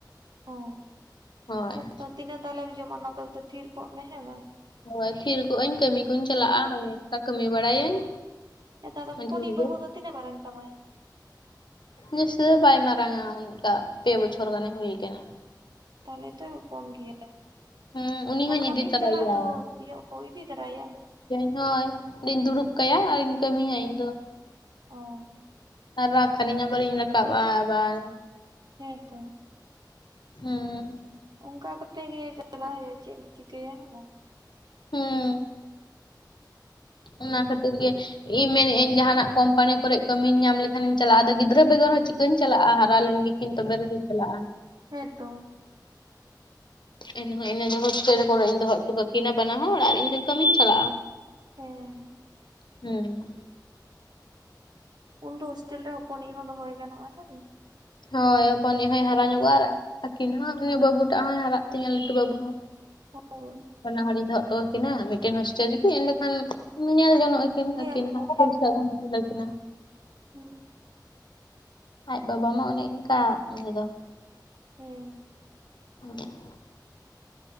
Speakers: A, on the right; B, on the left.
A: ᱚ
B: ᱦᱚᱭ᱾
A: ᱦᱮᱸᱛᱚ ᱛᱤᱱᱟᱹᱜ ᱫᱟᱞᱮᱢ ᱡᱚᱢᱟ ᱚᱱᱟ ᱠᱚᱞᱮ ᱛᱮ ᱛᱷᱤᱨ ᱠᱚᱜ ᱢᱮ ᱦᱮᱸ ᱵᱟᱝ?
B: ᱦᱚᱭ ᱛᱷᱤᱨ ᱠᱚᱜ ᱟᱹᱧ ᱠᱟᱹᱢᱤ
A: ᱪᱮᱫ
B: ᱠᱩᱧ
A: ᱮᱢ
B: ᱪᱟᱞᱟᱜ-ᱟ
A: ᱞᱟᱹᱭᱟ
B: ᱚᱱᱠᱟ ᱚᱱᱠᱟ ᱠᱟᱹᱢᱤ ᱵᱟᱲᱟᱭᱟᱹᱧ᱾
A: ᱦᱮᱸ ᱛᱚ
B: ᱢᱟᱡᱷᱮ
A: ᱦᱚᱯᱚᱱᱤᱡ‌
B: ᱢᱟᱡᱷᱮ
A: ᱵᱟᱹᱵᱩ ᱫᱚ ᱛᱤᱱᱟᱹᱜ ᱢᱟᱨᱟᱝ ᱛᱟᱢᱟᱭ?
B: ᱡᱟᱹᱥᱛᱤ ᱫᱚ ᱵᱟᱭ ᱢᱟᱨᱟᱨᱟᱝ ᱚᱱᱠᱟ ᱯᱮ ᱵᱚᱪᱷᱚᱨ ᱜᱟᱱ ᱮ ᱦᱩᱭ ᱟᱠᱟᱱᱟ᱾
A: ᱛᱟᱦᱞᱮ ᱛᱚᱭ ᱦᱚᱯᱚᱱ ᱜᱮᱭᱟ᱾
B: ᱦᱩᱸ ᱩᱱᱤ
A: ᱟᱫᱚ
B: ᱦᱚᱧ
A: ᱠᱟᱢᱤᱢ
B: ᱤᱫᱤ ᱛᱟᱨᱟᱭᱮᱭᱟ
A: ᱪᱟᱞᱟᱜ ᱫᱚ ᱤᱭᱟᱹ ᱤᱫᱤ ᱫᱟᱨᱟᱭ-ᱭᱟᱢ?
B: ᱦᱚᱭ ᱚᱸᱰᱤᱧ ᱫᱩᱲᱩᱵ ᱠᱟᱭᱟ ᱟᱨᱤᱧ ᱠᱟᱹᱢᱤᱭᱟ ᱤᱧ ᱫᱚ᱾
A: ᱚ᱾
B: ᱟᱨ ᱨᱟᱜᱽ ᱠᱷᱟᱹᱤᱧ ᱟᱵᱟᱨᱤᱧ ᱨᱟᱠᱟᱵ-ᱟ ᱟᱵᱟᱨ᱾
A: ᱦᱮᱸ ᱛᱚ᱾
B: ᱦᱩᱸ᱾
A: ᱚᱱᱠᱟ ᱠᱟᱛᱮᱜ ᱜᱮ ᱡᱟᱞᱟ ᱦᱩᱭᱩᱜ-ᱟ ᱪᱮᱫ ᱮᱢ ᱪᱤᱠᱟᱹᱭᱟ ᱦᱮ ᱵᱟᱝ?
B: ᱦᱩᱸᱻ᱾ ᱚᱱᱟ ᱠᱷᱟᱹᱛᱤᱨ ᱜᱮ ᱤ ᱢᱮᱱᱮᱜ ᱟᱹᱧ ᱡᱟᱦᱟᱱᱟᱜ ᱠᱟᱢᱯᱟᱱᱤ ᱠᱚᱨᱮᱜ ᱠᱟᱹᱢᱤᱧ ᱧᱟᱢ ᱞᱮᱠᱷᱟᱱ ᱤᱧ ᱪᱟᱞᱟᱜ-ᱟ ᱟᱫᱚ ᱜᱤᱫᱽᱨᱟᱹ ᱵᱮᱜᱚᱨ ᱦᱚᱸ ᱪᱤᱠ ᱟᱹᱧ ᱪᱟᱞᱟᱜ-ᱟ ᱦᱟᱨᱟ ᱞᱮᱱ ᱜᱮᱠᱤᱱ ᱛᱚᱵᱮ ᱨᱮᱫᱚᱧ ᱪᱟᱞᱟᱜ-ᱟ᱾
A: ᱦᱮᱸ ᱛᱚ᱾
B: ᱮᱱ ᱦᱚᱸ ᱤᱱᱟᱹ ᱫᱚ ᱦᱳᱥᱴᱮᱞ ᱠᱚᱨᱮᱫᱤᱧ ᱫᱚᱦᱚ ᱚᱴᱚ ᱠᱟᱹᱠᱤᱱᱟ ᱵᱟᱱᱟ ᱦᱚᱲ‌ ᱟᱨ ᱤᱧ ᱫᱚ ᱠᱟᱹᱢᱤᱧ ᱪᱟᱞᱟᱜ-ᱟ᱾
A: ᱦᱮᱸ᱾
B: ᱦᱩᱸ᱾
A: ᱩᱱ ᱫᱚ ᱦᱳᱥᱴᱮᱞ ᱨᱮ ᱦᱚᱯᱚᱱᱤᱡ ᱦᱚᱸ ᱫᱚᱦᱚᱭ ᱜᱟᱱᱚᱜ-ᱟ ᱦᱮᱸ ᱵᱟᱝ?
B: ᱦᱚᱭ ᱦᱚᱯᱚᱱᱤᱡ‌ ᱦᱚᱸᱭ ᱦᱟᱨᱟ ᱧᱚᱜᱚᱜ-ᱟ ᱟᱨ ᱟᱹᱠᱤᱱ ᱦᱚᱸ ᱩᱱᱤ ᱵᱟᱹᱵᱩ ᱴᱟᱜ ᱦᱚᱸᱭ ᱦᱟᱨᱟᱜ ᱛᱤᱧᱟᱹ ᱞᱟᱹᱴᱩ ᱵᱟᱹᱵᱩ ᱦᱚᱸ᱾
A: ᱦᱳᱭ
B: ᱵᱟᱱᱟ ᱦᱚᱲᱤᱧ ᱫᱚᱦᱚᱜ ᱴᱚ ᱣᱟᱹᱠᱤᱱᱟ ᱢᱤᱫᱴᱮᱱ ᱦᱳᱥᱴᱮᱞ ᱨᱤᱜᱤ ᱮᱸᱰᱮᱠᱷᱟᱱ ᱧᱮᱞ ᱡᱚᱱᱚᱜ-ᱟ ᱠᱤ
A: ᱧᱮᱞ
B: ᱠᱤᱱ ᱟᱹᱠᱤᱱ ᱦᱚᱸ <unintelligible> ᱠᱩᱧ ᱠᱩᱞ‌ ᱟᱹᱠᱤᱱᱟ᱾
A: ᱦᱩ᱾
B: ᱟᱡ ᱵᱟᱵᱟ ᱢᱟ ᱚᱱᱮ ᱮᱱᱠᱟ ᱩᱱᱤ ᱫᱚ᱾
A: ᱦᱮᱸ᱾
B: <unintelligible>